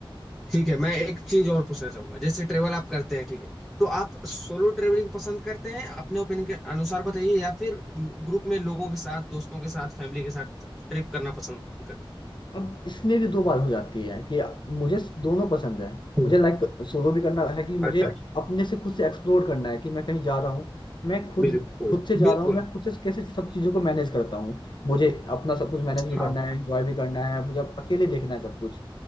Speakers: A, in the centre; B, on the left (about 55°).
A: ठीक है मैं एक चीज और पूछना चाहूंगा जैसे ट्रेवल आप करते हैं ठीक है तो आप सोलो ट्रेवलिंग पसंद करते हैं अपने ओपिनियन के अनुसार बताइए या फिर ग्रुप में लोगों के साथ दोस्तों के साथ फैमिली के साथ ट्रिप करना पसंद करते
B: अब इसमें भी दो बात हो जाती है कि मुझे दोनों पसंद है
A: हम्म,
B: मुझे लाइक सोलो भी करना है कि मुझे
A: अच्छा अच्छा,
B: अपने से खुद से एक्सप्लोर करना है कि मैं कहीं जा रहा हूँ मैं खुद
A: बिल्कुल
B: खुद
A: हैं
B: से जा
A: बिल्कुल
B: रहा हूँ मैं खुद से कैसे सब चीज़ों को मैनेज करता हूँ मुझे अपना सब कुछ मैनेज भी
A: हाँ
B: करना है एंजॉय भी करना है मुझे अब अकेले देखना है सब कुछ